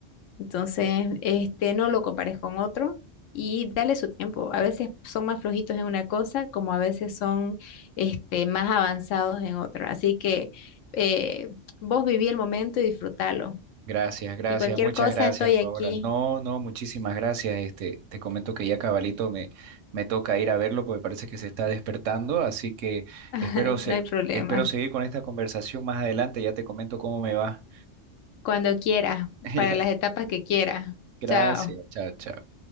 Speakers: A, on the left; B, on the right.
A: Entonces, este, no lo compares con otro y dale su tiempo. A veces son más flojitos en una cosa, como a veces son, este, más avanzados en otra. Así que eh, vos viví el momento y disfrútalo.
B: gracias, gracias,
A: Y cualquier
B: muchas
A: cosa,
B: gracias,
A: estoy
B: Paola.
A: aquí.
B: No, no, muchísimas gracias. Este, te comento que ya cabalito me, me toca ir a verlo porque parece que se está despertando, así que
A: <laughs>
B: espero, se,
A: No hay problema.
B: espero seguir con esta conversación más adelante. Ya te comento cómo me va.
A: Cuando quieras,
B: <laughs>
A: para
B: Ya,
A: las etapas que quieras.
B: Gracias,
A: Chao.
B: chao, chao.